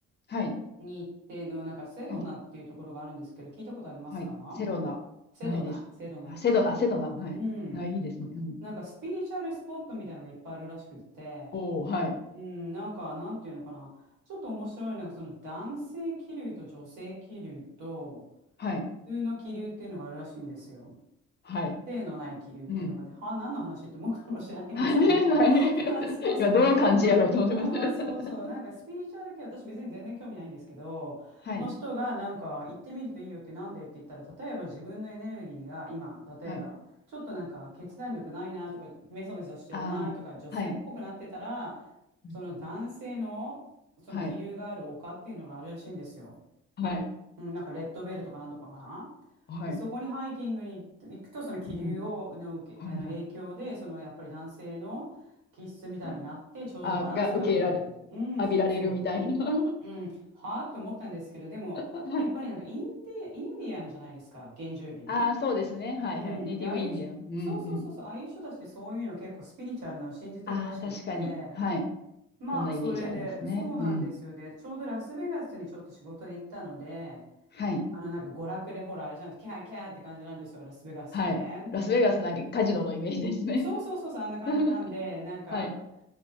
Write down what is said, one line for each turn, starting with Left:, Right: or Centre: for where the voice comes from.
Left: はい。
Right: に行ってのなんかセドナっていうところがあるんですけど、
Left: はい
Right: 聞いたことありますか
Left: はい。セロナ、
Right: セドナ、
Left: ないです。
Right: セドナ。
Left: あ、セドナ、セドナ、はい。
Right: うん。
Left: ないですね。うん。
Right: なんかスピリチュアルスポットみたいなのがいっぱいあるらしくって、
Left: おお、はい。
Right: うん、なんか、なんていうのかな。ちょっと面白いのが、その男性気流と女性気流と、
Left: はい。
Right: 普通の気流っていうのがあるらしいんですよ。
Left: はい。
Right: 性のない気流っていうのが、
Left: うん。
Right: は何の話って思うかもしれないんですけど、
Left: はい、<laughs> ない。
Right: <laughs> そうそう。
Left: 今、どの感じやろうと思ってました。
Right: うん、そうそう、
Left: <laughs>
Right: なんかスピリチュアル系、私別に全然興味ないんですけど、
Left: はい。
Right: の人がなんか行ってみるといいよってなんでって言ったら、例えば自分のエネルギーが今、例えばちょっとなんか決断力ないなとか、
Left: はい。
Right: メソメソしてるなとか、
Left: ああ、
Right: 女性っぽくなってたら、
Left: はい。うん
Right: その男性のその気流がある丘っていうのがあるらしいんですよ。
Left: はい。はい。
Right: うん、なんかレッドベルとかなんとかかな。
Left: はい。
Right: で、そこにハイキングに行くと、その気流をの受け、
Left: うん。はい、
Right: あの影響で、
Left: はい。
Right: そのやっぱり男性の気質みたいになって、
Left: ね
Right: ちょうどバランスが取れる。
Left: あ、が受け入れられ、
Right: うん、
Left: 浴びられるみたいな。
Right: そうそう。
Left: <laughs> は
Right: うん、はあって思ったんですけど、でも、
Left: い
Right: やっぱりなんかインディ、インディアンじゃないですか、原住民。
Left: ああ、そうですね。はい、
Right: うん、
Left: はい。ネイティブインディアン。
Right: で、ああいうし、
Left: うん、
Right: そうそうそうそう、
Left: うん。
Right: ああいう人たちってそういうの結構スピリチュアルなのを信じてるらしくって、
Left: ああ、確かに。はい。
Right: まあ、
Left: そんなイメージありますね。
Right: それで、そうなんですよ。
Left: うん。
Right: で、ちょうどラスベガスにちょっと仕事で行ったので、
Left: はい。
Right: あの、なんか娯楽で、ほら、あれじゃないですか、キャーキャーって感じなんですよ、ラスベガスって。
Left: はい。ラスベガスなんかカジノのイメージですね。
Right: そうそうそうそう、あんな感じなんで、
Left: <laughs>
Right: なんか、
Left: はい。